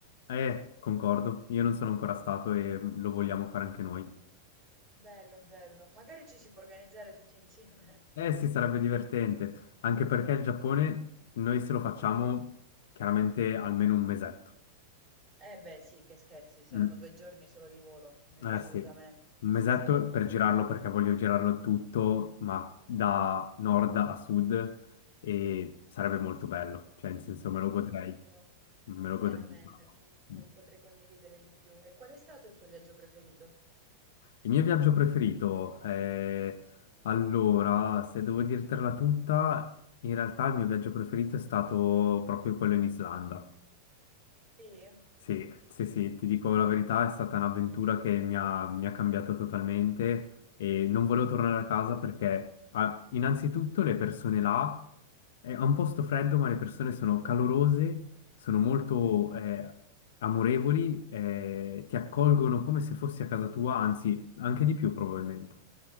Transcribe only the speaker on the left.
Eh, concordo, io non sono ancora stato e lo vogliamo fare anche noi.
Eh sì, sarebbe divertente, anche perché il Giappone noi se lo facciamo chiaramente almeno un mesetto.
Mm,
Eh
sì, un
mesetto
per girarlo perché voglio girarlo tutto, ma da nord a sud e sarebbe molto bello, cioè in senso me lo godrei,
me lo godrei
un sacco.
Mm.
Il mio viaggio preferito, eh, allora, se devo dirtela tutta, in realtà il mio viaggio preferito è stato proprio quello in Islanda.
Sì, sì, sì, ti dico la verità, è stata un'avventura che mi ha, mi ha cambiato totalmente e non volevo tornare a casa perché ah, innanzitutto le persone là, è un posto freddo, ma le persone sono calorose, sono molto eh, amorevoli, eh, ti accolgono come se fossi a casa tua, anzi anche di più probabilmente.